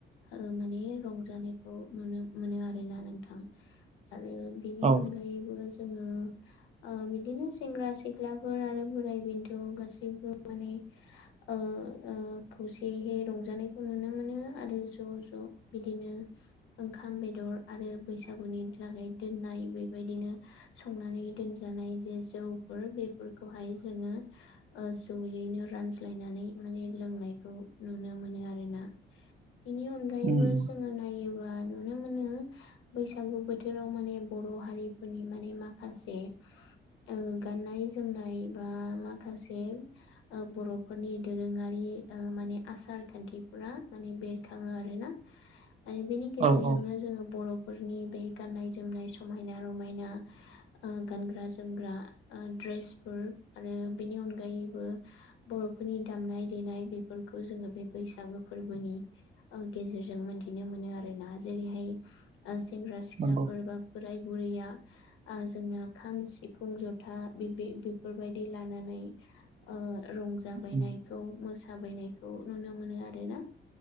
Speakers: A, on the left; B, on the right.
A: ओ माने रंजानायखौ नुनो मोनो आरोना नोंथां आरो बेनि
B: औ
A: अनगायैबो जोङो ओ बिदिनो सेंग्रा सिख्लाफोर आरो बोराय बेन्थ' गासैबो माने ओ ओ खौसेहे रंजानायखौ नुनो मोनो आरो ज' ज' बिदिनो ओंखाम बेदर आरो बैसागुनि जागाय दोननाय बेबाय दिनो संनानै दोनजानाय जे जौफोर बेफोरखौहाय जोङो ओ जयैनो रानज्लायनानै माने लोंनायखौ नुनो मोनो आरो ना। बेनि अनगायैबो
B: उम
A: जोङो नायोबा नुनो मोनो बैसागु बोथोराव माने बर' हारिफोरनि माने माखासे ओ गाननाय जोमनाय बा माखासे ओ बर'फोरनि दोरोङारि ओ माने आसार खान्थिफोरा माने बेरखाङो आरोना। आरो बेनि गेजेरजोंनो
B: औ औ
A: जोङो बर' फोरनि बे गाननाय जोमनाय समायना रमायना ओ गानग्रा जोमग्रा ओ द्रेसफोर आरो बिनि अनगायैबो बर'फोरनि दामनाय देनाय बेफोरखौ जोङो बे बैसागो फोरबोनि ओं गेजेरजों मोनथिनो मोनो आरो। आरोना जेरैहाय ओ सेंग्रा सिख्लाफोर
B: नंगौ
A: बा बोराय बुरैया ओ जोंना खाम सिफुं जथा बिब्दि बेफोरबायदि लानानै ओ रंजाबायनायखौ
B: उम
A: मोसाबायनायखौ नुनो मोनो आरोना